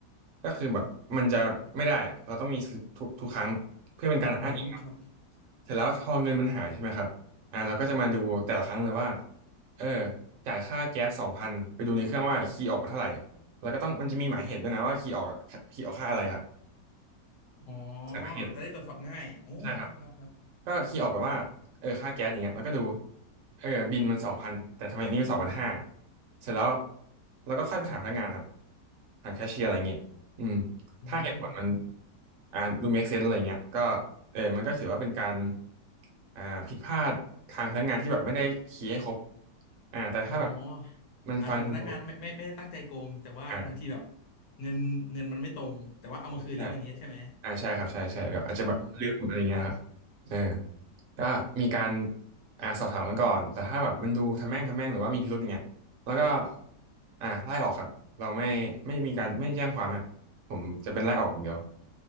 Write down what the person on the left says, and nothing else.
อืมครับ
อ๋อ
จะได้ตรวจสอบง่ายโอ้ครับครับครับ
อืม
อ๋อ
อาจจะพนักงานไม่ไม่ไม่ได้ตั้งใจโกงแต่ว่าบางทีแบบ
เงินเงินมันไม่ตรงแต่ว่าเอามาคืนแล้วอย่างเงี้ยใช่ไหม
อ๋อ